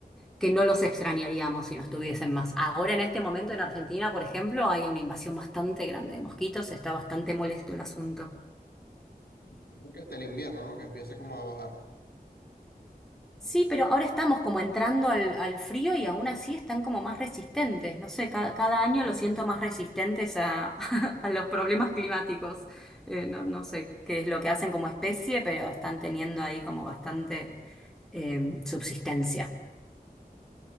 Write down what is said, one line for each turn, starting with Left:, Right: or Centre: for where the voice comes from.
Centre: que no los extrañaríamos si no estuviesen más. Ahora, en este momento, en Argentina, por ejemplo, hay una invasión bastante grande de mosquitos, está bastante molesto el asunto.
Left: Yo creo que hasta el invierno, ¿no? Que empiece como a bajar
Centre: Sí, pero ahora estamos como entrando al, al frío y aún así están como más resistentes. No sé, cada, cada año los siento más resistentes a, <laughs> a los problemas climáticos. Eh, no, no sé qué es lo que hacen como especie, pero están teniendo ahí como bastante eh, subsistencia.